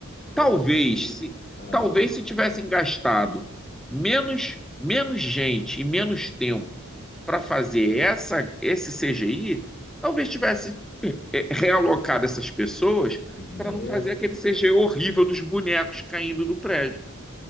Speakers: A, on the left; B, in the centre.
A: Tran-
B: Talvez, se,
A: Ah,
B: talvez se tivessem gastado menos, menos gente e menos tempo para fazer essa, esse CGI, talvez tivesse eh, realocado essas pessoas
A: esse dinheiro.
B: para não fazer aquele CGI horrível dos bonecos caindo do prédio.